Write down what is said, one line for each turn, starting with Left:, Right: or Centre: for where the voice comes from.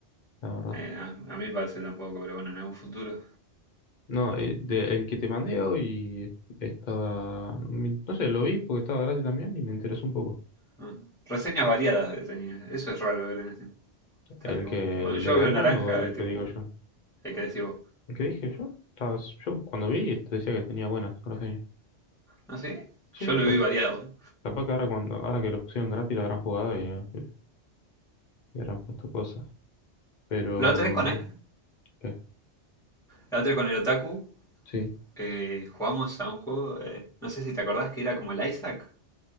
Left: la verdad.
Centre: Eh, a, a mí parece tampoco, pero bueno, en algún futuro.
Left: No, el, de- el que te mandé hoy estaba, mi- no sé, lo vi porque estaba gratis también y me interesó un poco.
Centre: ¿no? Reseñas variadas de- tenía. Eso es raro ver en este. Está
Left: El
Centre: como-
Left: que,
Centre: cuando
Left: el
Centre: yo
Left: de
Centre: veo
Left: Island
Centre: naranja,
Left: o el
Centre: es tipo,
Left: que digo
Centre: uh,
Left: yo.
Centre: hay que decir vos.
Left: El que dije yo, estaba, yo cuando vi te decía que tenía buenas reseñas.
Centre: No sé,
Left: Sí,
Centre: yo lo
Left: capaz,
Centre: vi variado. ¿no?
Left: capaz que ahora cuando, ahora que lo pusieron gratis lo habrán jugado y, eh, y habrán puesto cosas. Pero,
Centre: La otra vez con, e-
Left: ¿qué?
Centre: la otra vez con el otaku,
Left: Sí.
Centre: eh, jugamos a un juego, eh, no sé si te acordás que era como el Isaac.